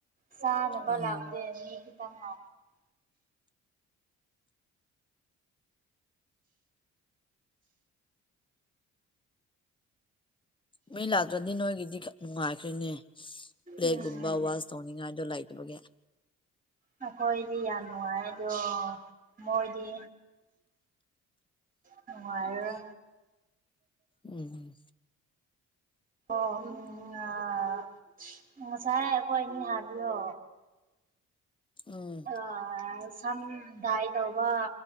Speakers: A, on the right; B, on the left.
A: ꯆꯥꯅꯕ
B: ꯎꯝ
A: ꯂꯥꯛꯇꯦ <unintelligible>
B: ꯃꯤ ꯂꯥꯛꯇ꯭ꯔꯗꯤ ꯅꯣꯏꯒꯤꯗꯤ ꯅꯨꯡꯉꯥꯏꯈ꯭ꯔꯤꯅꯦ ꯄ꯭ꯂꯦꯠꯒꯨꯝꯕ
A: ꯎꯝ
B: ꯋꯥꯁ ꯇꯧꯅꯤꯡꯉꯥꯏꯗꯣ ꯂꯩ ꯑꯗꯨꯅꯦ <unintelligible>
A: ꯑꯩꯈꯣꯏꯗꯤ ꯌꯥꯝ ꯅꯨꯡꯉꯥꯏ ꯑꯗꯣ ꯃꯣꯏꯗꯤ ꯅꯨꯡꯉꯥꯏꯔꯦ
B: ꯎꯝ
A: ꯑꯣ <unintelligible> ꯉꯁꯥꯏ ꯑꯩꯈꯣꯏ ꯑꯅꯤ ꯍꯥꯏꯕꯗꯣ
B: ꯎꯝ
A: ꯑꯥ ꯁꯝ ꯗꯥꯏ ꯇꯧꯕ